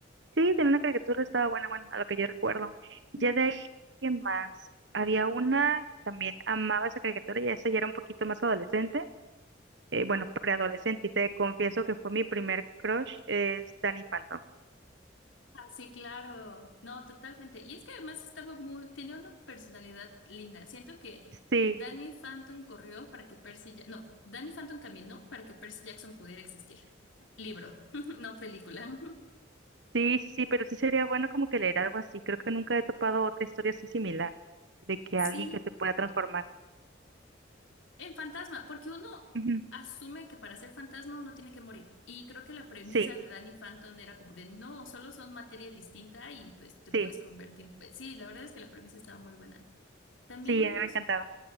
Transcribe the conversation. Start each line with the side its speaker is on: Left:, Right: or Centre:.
Right: Sí, tenía una caricatura, estaba buena, bueno, a lo que yo recuerdo. Ya
Left: Mm.
Right: de ahí, ¿qué más? Había una que también amaba esa caricatura y esa ya era un poquito más adolescente, eh, bueno, preadolescente, y te confieso que fue mi primer crush, es Danny Phantom.
Left: Ah, sí, claro. No, totalmente. Y es que además estaba muy... Tenía una personalidad linda. Siento que
Right: Sí,
Left: Danny Phantom corrió para que Percy... Ja- No, Danny Phantom caminó para que Percy Jackson pudiera existir. Libro, <laughs> no película. <laughs>
Right: sí, sí, sí, pero sí sería bueno como que leer algo así. Creo que nunca he topado otra historia así similar, de que
Left: Sí.
Right: alguien que se pueda transformar.
Left: En fantasma, porque uno
Right: Ujú.
Left: asume que para ser fantasma uno tiene que morir. Y creo que la premisa
Right: Sí,
Left: de Danny Phantom era como de no, solo son materia distinta y pues te
Right: sí,
Left: puedes convertir. Pues, sí, la verdad es que la premisa estaba muy buena. También
Right: sí,
Left: unos
Right: a mí me encantaba.